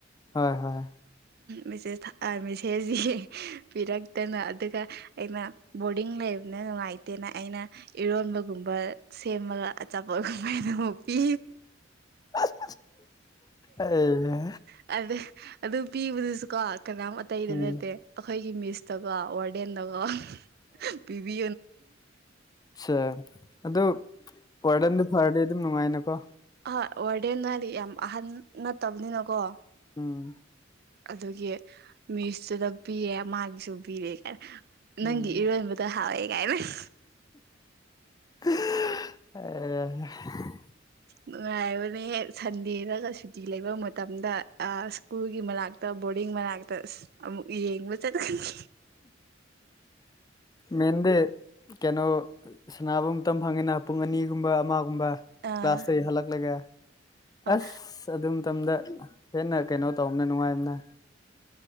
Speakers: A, on the left; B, on the right.
A: ꯍꯣꯏ ꯍꯣꯏ
B: ꯃꯤꯁꯦ ꯊꯃꯤꯁꯦꯁꯤ ꯄꯤꯔꯛꯇꯅꯨ ꯑꯗꯨꯒ ꯑꯩꯅ ꯕꯣꯔꯗꯤꯡ ꯂꯩꯕꯅ ꯅꯨꯡꯉꯥꯏꯇ ꯂꯩꯇꯦꯅ ꯑꯩꯅ ꯏꯔꯣꯟꯕꯒꯨꯝꯕ ꯁꯦꯝꯃꯒ ꯑꯆꯥꯄꯣꯠ ꯀꯨꯝꯍꯥꯏꯅ ꯑꯃꯨꯛ ꯄꯤ
A: ꯑꯁ ꯑꯦꯅꯦ
B: ꯑꯗ ꯑꯗꯨ ꯄꯤꯕꯗꯨꯁꯨ ꯀꯣ ꯀꯅꯥꯝ ꯑꯇꯩꯗ
A: ꯎꯝ
B: ꯅꯠꯇꯦ ꯑꯩꯈꯣꯏꯒꯤ ꯃꯤꯁꯇꯀꯣ ꯋꯥ ꯐꯤꯕꯤ
A: ꯑꯦ ꯑꯗꯨ ꯋꯥꯔꯗꯟꯗꯣ ꯐꯔꯗꯤ ꯑꯗꯨꯝ ꯅꯨꯡꯉꯥꯏꯅꯀꯣ
B: ꯍꯣꯏ ꯋꯥꯔꯗꯦꯟ ꯅꯥꯜꯂꯤ ꯌꯥꯝ ꯑꯍꯟ ꯅꯠꯇꯕꯅꯤꯅꯀꯣ
A: ꯎꯝ
B: ꯑꯗꯨꯒꯤ ꯃꯤꯁꯁꯨꯗ ꯄꯤꯑꯦ ꯃꯥꯒꯤꯁꯨ ꯄꯤꯔꯦ ꯈꯔ ꯅꯪꯒꯤ
A: ꯎꯝ
B: ꯏꯔꯣꯟꯕꯗ ꯍꯥꯎꯋꯦ ꯀꯥꯏꯕꯅ
A: ꯑꯁ ꯑꯦ ꯅꯦ
B: ꯅꯨꯡꯉꯥꯏꯕꯅꯦ ꯁꯟꯗꯦꯗꯒ ꯁꯨꯇꯤ ꯂꯩꯕ ꯃꯇꯝꯗ ꯑ ꯁ꯭ꯀꯨꯜꯒꯤ ꯃꯅꯥꯛꯇ ꯕꯣꯔꯗꯤꯡ ꯃꯅꯥꯛꯇ ꯑꯃꯨꯛ ꯌꯦꯡꯕ ꯆꯠꯀꯅꯤ
A: ꯃꯦꯟꯗꯤꯦ ꯀꯩꯅꯣ ꯁꯅꯥꯅꯕꯝꯇ ꯐꯪꯉꯤꯅ ꯄꯨꯡ ꯑꯅꯤꯒꯨꯝꯕ ꯑꯃ ꯀꯕꯥ
B: ꯑꯥ
A: ꯀ꯭ꯂꯥꯁ ꯇ ꯏ ꯍꯜꯂꯛ ꯂꯒꯦ
B: ꯑꯥ
A: ꯑꯁ ꯑꯗꯨ ꯃꯇꯝꯗ ꯍꯦꯟꯅ ꯀꯩꯅꯣ ꯇꯧꯕꯅ ꯅꯨꯡꯉꯥꯏꯕꯅ